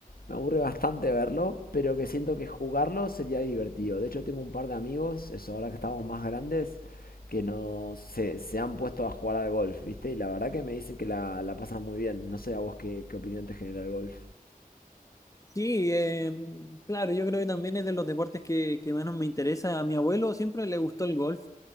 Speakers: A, on the left; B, on the left.
A: me aburre bastante verlo, pero que siento que jugarlo sería divertido. De hecho, tengo un par de amigos, eso ahora que estamos más grandes, que no se, se han puesto a jugar al golf, ¿viste? Y la verdad que me dicen que la, la pasan muy bien. No sé a vos qué, qué opinión te genera el golf.
B: Sí, eh, claro, yo creo que también es de los deportes que, que menos me interesa. A mi abuelo siempre le gustó el golf.